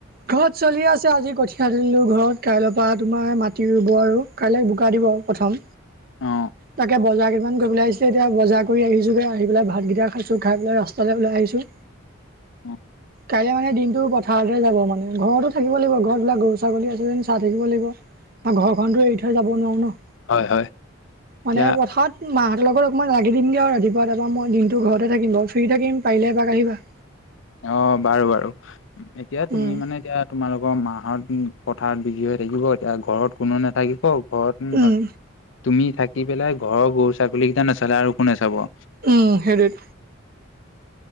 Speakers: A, on the right; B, on the left.
A: ঘৰত চলি আছে আজি কঠিয় দিলো, ঘৰত কাইলৈ তোমাৰ মাটি ৰুব আৰু কাইলৈ বোকা দিব প্ৰথম।
B: অ অ
A: তাকে বজাৰ কেইমান কৰিবলে আহিছিলো। এতিয়া বজাৰ কৰি আহিছোগে আহি পেলাই ভাতকেইটা খাইছো খাই পেলাই ৰাস্তালৈ ওলাই আহিছো
B: অ
A: কাইলৈ মানে দিনটো পথাৰতে যাব মানে ঘৰতো থাকিব লাগিব, ঘৰত বিলাক গৰু ছাগলী আছে যেন চাই থাকিব লাগিব। আৰু ঘৰখনতো এৰি থৈ যাব নোৱাৰো ন।
B: হয় হয় এতিয়া
A: মানে পথাৰত মাহঁতৰ লগত অকণমান লাগি দিম দিয়া আৰু ৰাতিপুৱা তাৰপা মই দিনতটো ঘৰতে থাকি বাৰ ফ্ৰী থাকিম পাৰিলে এপাক আহিবা।
B: অ বাৰু বাৰু এতিয়া তুমি
A: উম
B: মানে এতিয়া তোমালোকৰ মাহত পথাৰত বিকি হৈ থাকিব এতিয়া ঘৰত কোনু নাথাকিব ঘৰত
A: উম
B: তুমি থাকি পেলাই ঘৰৰ গৰু ছাগলী কেইটা নচালা আৰু কোনে চাব।
A: উম হেইটোয়েই।